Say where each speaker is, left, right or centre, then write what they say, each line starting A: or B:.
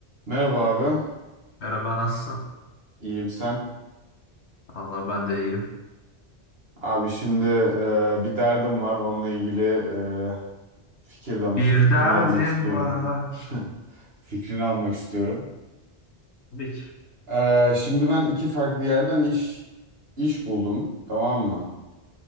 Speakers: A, on the right; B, on the left.
A: Merhaba abi.
B: Merhaba nasılsın?
A: İyiyim sen.
B: Allah ben de iyiyim.
A: Abi şimdi e, bir derdim var. Onunla ilgili e, fikir danış,
B: Bir
A: fikrini
B: derdim
A: almak istiyorum
B: var.
A: ben. <laughs> Fikrini almak istiyorum.
B: Tabii ki.
A: E, şimdi ben iki farklı yerden iş iş buldum, tamam mı?